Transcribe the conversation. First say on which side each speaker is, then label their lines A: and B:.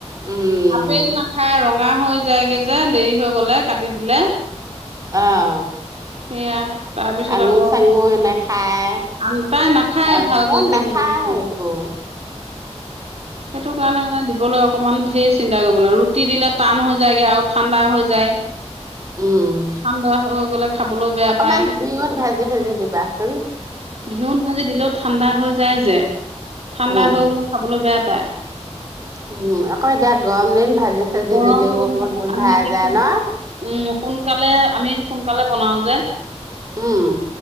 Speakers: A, on the right; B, on the right.
A: উম
B: আপেল নাখায় ৰঙা হৈ যায়গে যে দেৰি হৈ গ'লে, কাটি দিলে।
A: অ'।
B: সেয়া। তাৰপিছত
A: আঙুৰ
B: আকৌ
A: চাঙুৰ নেখায়,
B: আন তাই নাখায়
A: এ
B: ভালকে সেইবোৰ
A: নাখায়
B: বস্তু
A: একো।
B: সেইটো কাৰণে মানে দিবলৈ অকমান ঢেৰ চিন্তা কৰিব লাগে ৰুটি দিলে টান হৈ যায়গে আৰু ঠাণ্ডা হৈ যায়।
A: উম,
B: ঠাণ্ডা হৈ গ'লে খাবলৈ বেয়া
A: অকমান
B: পায়
A: ঘিঁউত ভাজি-ভাজি দিবাচোন।
B: ঘিঁউত ভাঁজি দিলেও ঠাণ্ডা হৈ যায় যে। ঠাণ্ডা
A: উম
B: হৈ গ'লে খাবলৈ বেয়া পায়।
A: উম আকৌ এতিয়া গৰম দিন ভাত ভাজি চাজি
B: গৰম
A: দিলেও
B: পৰি
A: অকণমান
B: গ'লে
A: গোন্ধাই
B: আমি এতিয়া
A: যায়
B: সো-
A: ন'।
B: উম সোনকালে, আমি সোনকালে বনাওঁ যে।
A: উম।